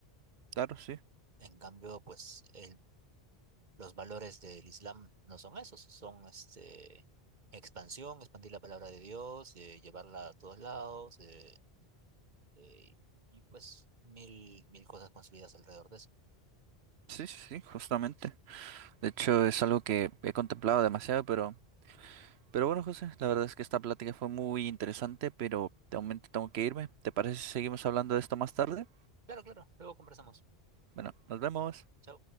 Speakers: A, on the right; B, on the right.
A: claro, sí.
B: En cambio, pues, el los valores del Islam no son esos, son este, expansión, expandir la palabra de Dios, eh, llevarla a todos lados, eh, eh, y pues mil, mil cosas consolidadas alrededor de eso.
A: Sí, sí, sí, justamente. De hecho, es algo que he contemplado demasiado, pero, pero bueno, José, la verdad es que esta plática fue muy interesante, pero de momento tengo que irme. ¿Te parece si seguimos hablando de esto más tarde?
B: Claro, claro, luego conversamos.
A: Bueno, nos vemos.
B: Chao.